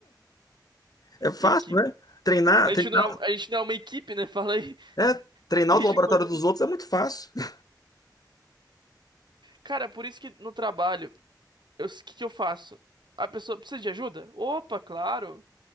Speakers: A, on the left; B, on the right.
A: É, é fácil,
B: equipe.
A: né? Treinar,
B: A
A: treinar,
B: gente não é, a gente não é uma equipe, né? <laughs> Fala aí.
A: é, treinar
B: Desde
A: o laboratório
B: quando.
A: dos outros é muito fácil. <laughs>
B: Cara, por isso que no trabalho, eu, o que que eu faço? A pessoa precisa de ajuda? Opa, claro.